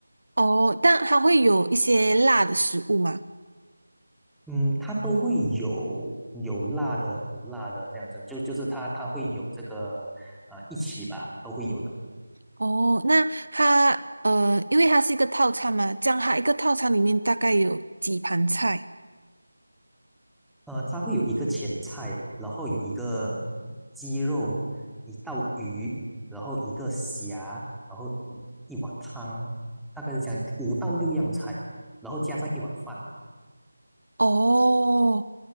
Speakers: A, on the right; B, in the centre.
A: 哦，但它会有一些辣的食物吗？
B: 嗯，它都会有有辣的、不辣的这样子，就就是它它会有这个呃一起吧，都会有的。
A: 哦，那它呃，因为它是一个套餐嘛，这样它一个套餐里面大概有几盘菜？
B: 呃，它会有一个前菜，然后有一个鸡肉，一道鱼，然后一个虾，然后一碗汤，大概是这样，五到六样菜，然后加上一碗饭。
A: 哦，